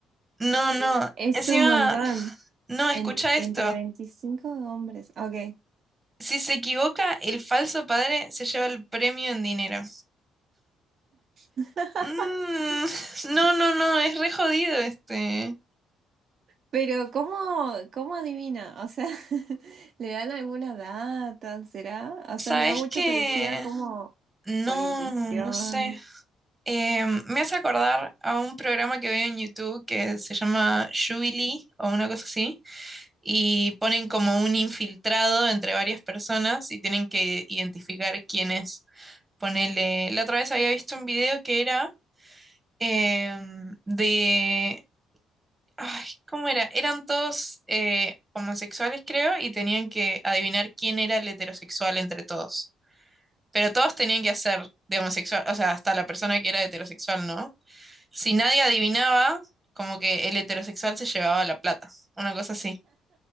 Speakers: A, on the right (about 20°); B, on the right (about 55°).
A: No, no,
B: es
A: encima,
B: un montón.
A: no,
B: En-
A: escucha
B: entre
A: esto.
B: 25 hombres, ok.
A: Si se equivoca, el falso padre se lleva el premio en dinero.
B: <laughs>
A: Mm, <laughs> no, no, no, es re jodido este.
B: Pero ¿cómo, cómo adivina? O sea, <laughs> ¿le dan alguna data? ¿Será? O
A: ¿Sabes
B: sea, me da mucha
A: qué?
B: curiosidad como
A: No,
B: por intuición.
A: no sé. Em, me hace acordar a un programa que veo en YouTube que se llama Jubilee o una cosa así, y ponen como un infiltrado entre varias personas y tienen que identificar quién es. Ponele, la otra vez había visto un video que era em, de, ay, ¿cómo era? Eran todos eh, homosexuales, creo, y tenían que adivinar quién era el heterosexual entre todos. Pero todos tenían que hacer de homosexual, o sea, hasta la persona que era heterosexual, ¿no? Si nadie adivinaba, como que el heterosexual se llevaba la plata. Una cosa así.